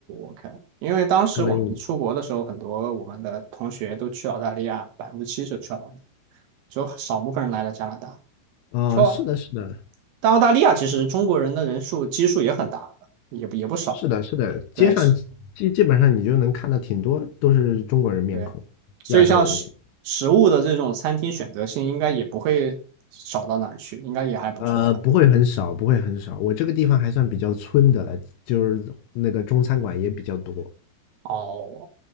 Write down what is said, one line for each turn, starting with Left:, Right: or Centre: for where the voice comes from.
Right: ，OK，因为当时我们出国的时候，
Left: 刚来一年。
Right: 很多我们的同学都去澳大利亚，百分之七十去澳大利亚，只有少部分人来了加拿大。
Left: 啊，
Right: 说，
Left: 是的，是的，
Right: 但澳大利亚其实中国人的人数基数也很大的也不也不少。
Left: 是的，是的，街上基基本上你就能看到挺多都是中国人面孔，
Right: 对，是对，所以像食食物的这种餐厅选择性，
Left: 亚洲人面孔。
Right: 应该也不会少到哪儿去，应该也还不错吧。
Left: 呃，不会很少，不会很少。我这个地方还算比较村的了，就是那个中餐馆也比较多。
Right: 哦，